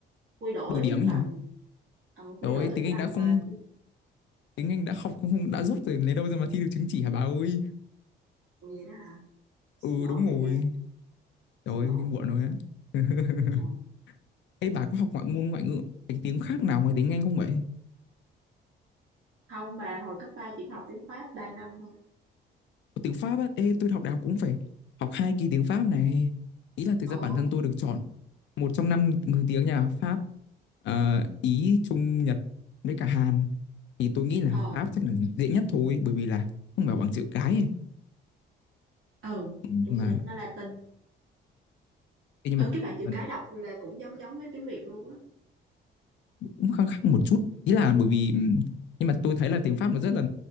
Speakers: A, on the right; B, on the left.
A: quy đổi
B: đổi điểm ấy
A: bằng
B: hả
A: ờ, quy
B: trời
A: đổi
B: ơi
A: từ
B: tiếng
A: cái
B: Anh
A: bằng
B: đã không
A: uh, tiếng
B: tiếng Anh đã học không, không đã giúp rồi lấy đâu ra mà thi được chứng chỉ hả bà ơi
A: Ủa vậy đó hả? Xin
B: ừ
A: lỗi
B: đúng rồi
A: bà Giang, xin
B: trời ơi
A: lỗi.
B: muộn rồi á <laughs>
A: Ờ.
B: Ê bà có học ngoại môn ngoại ngữ cái tiếng khác nào ngoài tiếng Anh không vậy?
A: Không bà hồi cấp 3 chỉ học tiếng Pháp 3 năm thôi.
B: Có Tiếng Pháp á, ê tôi học đại học cũng phải học hai kỳ tiếng Pháp này. Ý là thực
A: Ồ,
B: ra bản thân tôi được chọn một trong năm thứ tiếng nhà Pháp, ờ, Ý, Trung, Nhật với cả Hàn. Thì tôi nghĩ là
A: ờ,
B: Pháp chắc là dễ nhất thôi bởi vì là không phải bằng chữ cái ấy.
A: ừ,
B: Ừ,
A: đúng
B: Nhưng
A: rồi
B: mà
A: đó, nó Latin.
B: ê, nhưng
A: Ừ,
B: mà
A: cái bạn chữ
B: mình
A: cái đọc là cũng giống giống với tiếng Việt luôn á.
B: cũng khăng khăng một chút. Ý là bởi vì ừm, nhưng mà tôi thấy là tiếng Pháp nó rất là